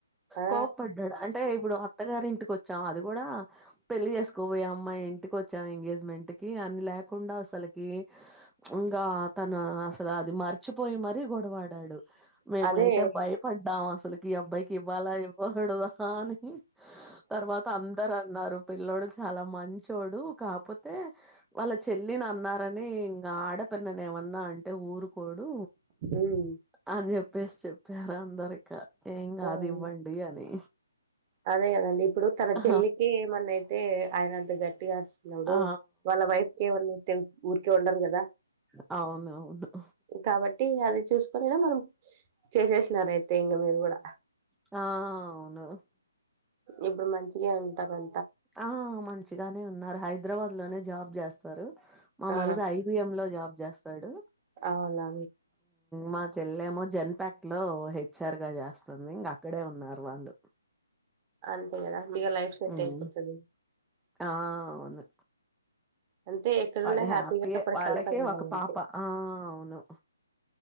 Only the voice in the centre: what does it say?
కోపపడ్డాడు అంటే ఇప్పుడు అత్తగారి ఇంటికి కొచ్చాం అది గూడా పెళ్లి చేసుకోబోయే అమ్మాయి ఇంటిక వచ్చాం ఎంగేజ్మెంట్ కి అని లేకుండా అసలకి ఇంగా తను అసలు అది మార్ చిపోయి మరీ గొడవాడాడు మేమై
తె భయపడ్డాం అసలకి ఈ అబ్బాయికి ఇవ్వాలా ఇవ్వకూడదా కాని తర్వాత అందరు అన్నారు పిల్లోడు చాలా మంచోడు కాపోతే వాళ్ళ చెల్లిని అన్నారని ఇంగా ఆడపిల్లని ఏమన్నా అంటే ఊరు కోడు
అన్ <unintelligible> <unintelligible> అందరికా ఏం గాదు
ఇవ్వండి అని
ఆ!
ఆ!
అవునవును
ఆ అవును
ఆ మంచిగానే ఉన్నారు హైదరాబాద్ లోనే జాబ్ జేస్తారు మా
మరుదు ఐబీఎం లో జాబ్ జేస్తాడు
మా చెల్లెమో జన్పాక్ ట్లో హె చ్చర్గా జేస్తుంది ఇంగా ఇక్కడే ఉన్నారు వాళ్ళు
హ్మ్.
ఆ అవును
వాళ్ళు హ్యాపీయే
వాళ్ళకే
ఒక
పాప ఆ అవును